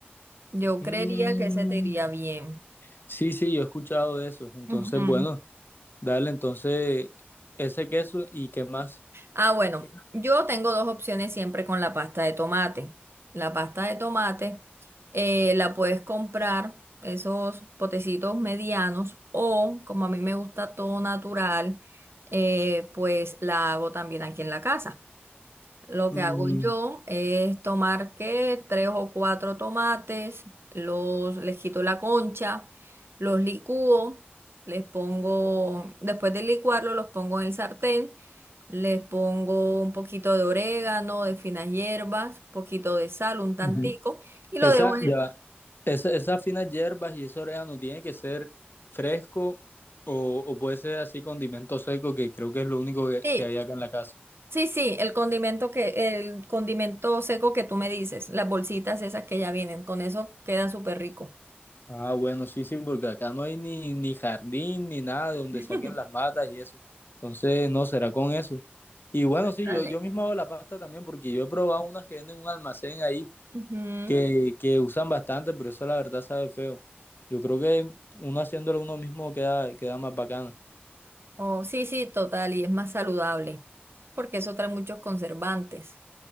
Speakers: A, on the right; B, on the left.
A: Yo
B: Mm,
A: creería que ese te iría bien.
B: sí, sí, yo he escuchado de eso. Entonces,
A: Ujú.
B: bueno, dale entonces ese queso y qué más.
A: Ah, bueno,
B: ¿Qué?
A: yo tengo dos opciones siempre con la pasta de tomate. La pasta de tomate eh, la puedes comprar, esos potecitos medianos, o como a mí me gusta todo natural, eh, pues la hago también aquí en la casa. Lo
B: Mm,
A: que hago yo es tomar que tres o cuatro tomates, los les quito la concha, los licúo, les pongo, después de licuarlo, los pongo en el sartén, les pongo un poquito de orégano, de finas hierbas, poquito de sal, un tantico,
B: ujú.
A: y
B: Esa,
A: lo dejo en el,
B: ya, va. esa, esas finas hierbas y ese orégano tiene que ser fresco o, o puede ser así condimento seco, que creo que es lo único que,
A: sí,
B: que hay acá en la casa.
A: sí, sí, el condimento que, el condimento seco que tú me dices, las bolsitas esas que ya vienen, con eso queda súper rico.
B: Ah, bueno, sí, sí, porque acá no hay ni, ni jardín ni nada de donde
A: <laughs>
B: saquen las matas y eso. Entonces, no, será con eso. Y bueno, sí,
A: Dale.
B: yo, yo mismo hago la pasta también porque yo he probado unas que venden en un almacén ahí
A: Ujú.
B: que, que usan bastante, pero eso la verdad sabe feo. Yo creo que uno haciéndolo uno mismo queda, queda más bacana.
A: Oh, sí, sí, total, y es más saludable, porque eso trae muchos conservantes.